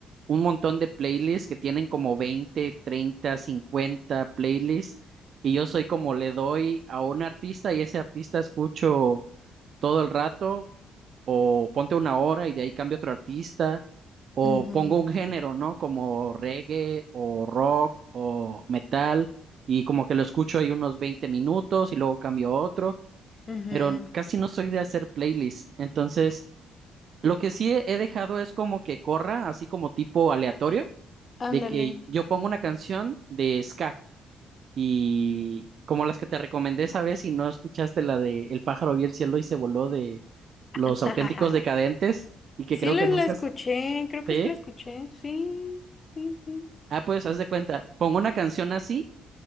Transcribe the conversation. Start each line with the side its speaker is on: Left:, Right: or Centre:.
Right: un montón de playlists que tienen como 20 30 50 playlists y yo soy como le doy a un artista y ese artista escucho todo el rato o ponte una hora y de ahí cambio a otro artista, o
Left: ujú.
Right: pongo un género, ¿no? Como reggae o rock o metal, y como que lo escucho ahí unos 20 minutos y luego cambio a otro,
Left: Ujú,
Right: pero casi no soy de hacer playlist. Entonces, lo que sí he he dejado es como que corra, así como tipo aleatorio,
Left: Ándale.
Right: de que yo pongo una canción de ska. Y como las que te recomendé esa vez y no escuchaste la de El pájaro vio el cielo y se voló de Los
Left: <laughs>
Right: Auténticos Decadentes y que creo
Left: Sí la,
Right: que nunca...
Left: la escuché,
Right: se-
Left: creo que
Right: ¿Sí?
Left: sí la escuché. Sí, sí, sí.
Right: Ah, pues haz de cuenta, pongo una canción así